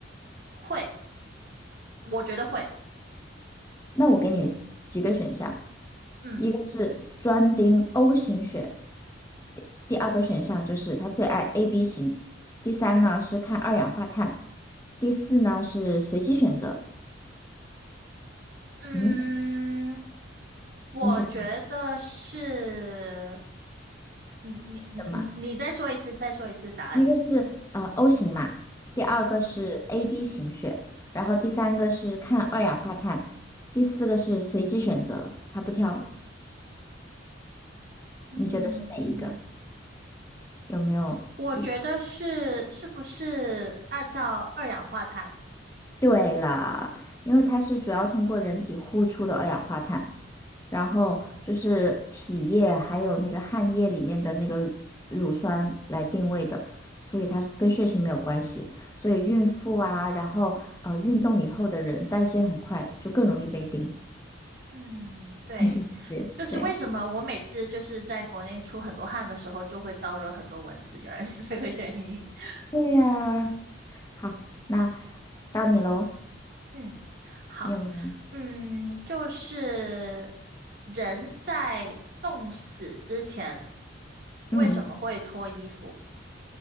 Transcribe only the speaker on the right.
会，我觉得会。
嗯
嗯，
我觉得是。
你你你你你再说一次，
再说一次答案。
嗯
嗯嗯，
我觉得是，
是不是按照二氧化碳？
嗯，对，
就是为什么我每次就是在国内出很多汗的时候，
就会招惹很多蚊子，原来是这个原因。<laughs>
嗯，好，
嗯，就是人在冻死之前为什么会脱衣服？